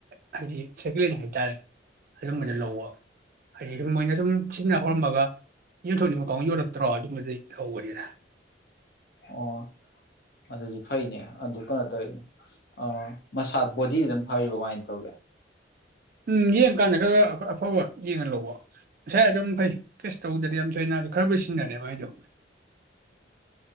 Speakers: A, on the right; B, on the left.
A: ꯍꯥꯏꯗꯤ ꯁꯦꯀꯂꯦꯟ ꯍꯥꯏꯇꯥꯔꯦ ꯑꯗꯨꯝꯕꯗ ꯂꯧꯕ ꯍꯥꯏꯗꯤ ꯁ ꯃꯣꯏꯅ ꯁꯨꯝ ꯁꯤꯖꯤꯟꯅ ꯍꯧꯔꯝꯃꯒ ꯌꯣꯟꯊꯣꯛꯅꯤꯡꯕꯀꯥꯎ ꯌꯣꯜꯂꯛꯇ꯭ꯔꯣ ꯑꯗꯨꯝꯕꯗꯤ ꯂꯧꯕꯅꯤꯅ
B: ꯑꯣ ꯑꯗꯨꯗꯤ ꯐꯩꯅꯦ ꯑꯗꯨ ꯀꯩꯅꯣ ꯇꯧꯋꯦ ꯑ ꯃꯁꯥ ꯕꯣꯗꯤꯗꯤ ꯑꯗꯨꯝ ꯐꯔꯤꯕꯃꯥꯏꯅ ꯇꯧꯒꯦ
A: ꯎꯝ ꯌꯦꯡꯀꯥꯟꯗ ꯈꯔ ꯈꯔ ꯑꯐꯕ ꯌꯦꯡꯉꯥ ꯂꯧꯕ ꯉꯁꯥꯏ ꯑꯗꯨꯝ ꯐꯩ ꯇꯦꯁ ꯇꯧꯗꯗꯤ ꯌꯥꯝ ꯊꯣꯏꯅ ꯈꯔꯕꯨꯗꯤ ꯁꯤꯟꯅꯅꯦꯕ ꯃꯥꯢꯗꯣ